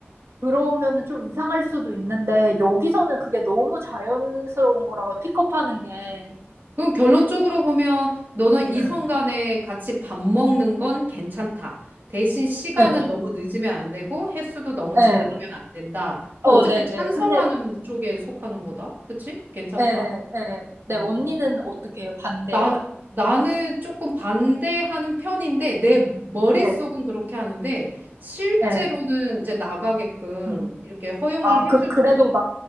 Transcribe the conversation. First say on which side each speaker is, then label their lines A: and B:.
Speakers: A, on the right; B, on the right.
A: 그러면은 좀 이상할 수도 있는데 여기서는 그게 너무 자연스러운 거라고 픽업하는 게.
B: 그럼 결론적으로 보면 너는 이성
A: 응.
B: 간에 같이 밥 먹는 건 괜찮다. 대신 시간은
A: 네,
B: 너무 늦으면 안 되고 횟수도 너무
A: 네.
B: 잦으면 안 된다. 그
A: 어,
B: 어쨌든
A: 네,
B: 찬성하는
A: 네. 근데
B: 쪽에 속하는 거다. 그치? 괜찮다.
A: 예, 예. 네,
B: 음.
A: 언니는 어떻게 해요? 반대예요?
B: 나, 나는 조금 반대하는 편인데 내 머릿속은
A: 네.
B: 그렇게 하는데 실제로는
A: 네.
B: 이제 나가게끔
A: 음.
B: 이렇게 허용을
A: 아,
B: 해주는
A: 그, 그래도
B: 것 같아.
A: 막